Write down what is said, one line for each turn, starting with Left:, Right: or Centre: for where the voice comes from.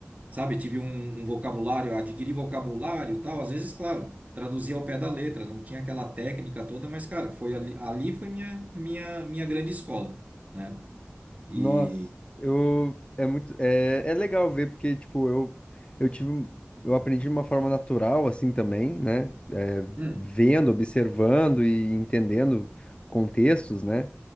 Right: sabe? Tive um, um vocabulário, adquiri vocabulário e tal. Às vezes, claro, traduzia ao pé da letra, não tinha aquela técnica toda, mas, cara, foi ali, ali foi minha, minha, minha grande escola, né? E.
Left: Nossa, eu é muito é, é legal ver porque tipo eu eu tive um- eu aprendi de uma forma natural assim também, né? É,
Right: Hum.
Left: vendo, observando e entendendo contextos, né?